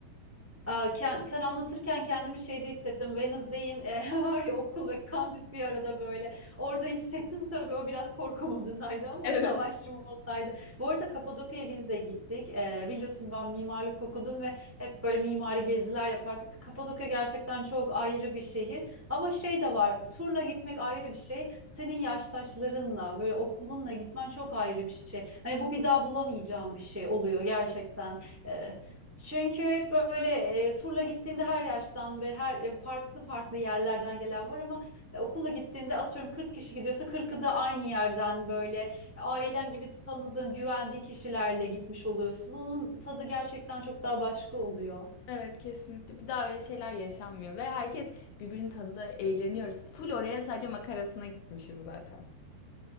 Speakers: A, in the centre; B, on the left.
A: Aa, ken- sen anlatırken kendimi şeyde hissettim. Wednesday'in e, <laughs> var ya okul ve kampüs bir arada böyle. Orada hissettim tabii o biraz korku modundaydı ama
B: Evet.
A: <laughs> savaşçı moddaydı. Bu arada Kapadokya'ya biz de gittik. Ee, biliyorsun ben mimarlık okudum ve hep böyle mimari geziler yapardık. Kapadokya gerçekten çok ayrı bir şehir. Ama şey de var. Turla gitmek ayrı bir şey. Senin yaştaşlarınla böyle okulunla gitmen çok ayrı bir şey. Hani bu bir daha bulamayacağım bir şey oluyor gerçekten. E, çünkü hep böyle e, turla gittiğinde her yaştan ve her e, farklı farklı yerlerden gelen var ama e, okulla gittiğinde atıyorum 40 kişi gidiyorsa 40'ı da aynı yerden böyle e, ailen gibi tanıdığın, güvendiğin kişilerle gitmiş oluyorsun. Onun tadı gerçekten çok daha başka oluyor.
B: Evet kesinlikle. Bir daha öyle şeyler yaşanmıyor ve herkes birbirini tanıdı, eğleniyoruz. Full oraya sadece makarasına gitmişiz zaten.